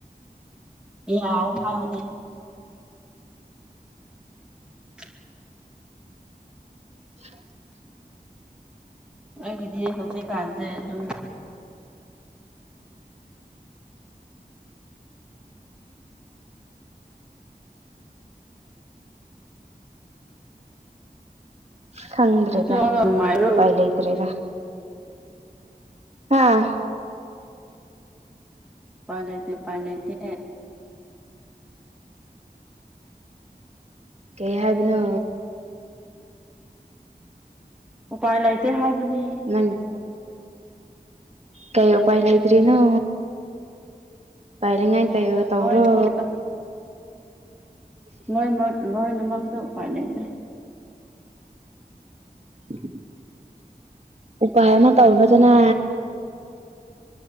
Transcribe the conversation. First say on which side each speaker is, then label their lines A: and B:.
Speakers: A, in the centre; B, on the right.
A: ꯌꯥꯎ ꯍꯥꯏꯕꯅꯦ <unintelligible>
B: <unintelligible>
A: ꯑꯩꯒꯤꯗꯤ ꯍꯧꯖꯤꯛꯀꯥꯟꯁꯦ ꯑꯗꯨꯝ
B: ꯈꯪꯗ꯭ꯔꯦꯗꯚꯥꯏ
A: ꯑꯇꯣꯛꯑꯒ ꯅꯨꯡꯉꯥꯏꯕ꯭ꯔꯣ
B: ꯂꯩꯇ꯭ꯔꯦꯗ ꯍꯥꯥ
A: ꯄꯂꯥꯏꯇꯦ ꯄꯔꯥꯏꯇꯦ
B: ꯀꯩ ꯍꯥꯏꯕꯤꯅꯣ
A: ꯎꯄꯥꯏ ꯂꯩꯇꯦ ꯍꯥꯏꯕꯅꯦ
B: ꯅꯪ ꯀꯩ ꯎꯄꯥꯏꯂꯗ꯭ꯔꯤꯅꯣ ꯄꯥꯏ ꯌ ꯇꯧꯔꯣ
A: ꯂꯣꯏꯅꯃꯛꯇ ꯂꯣꯏꯃꯛ ꯂꯣꯏꯅꯃꯛꯇ ꯎꯄꯥꯏ ꯂꯩꯇ꯭ꯔꯦ
B: ꯎꯝ ꯎꯄꯥꯥꯏ ꯑꯃ ꯇ ꯍꯧꯅꯗꯅ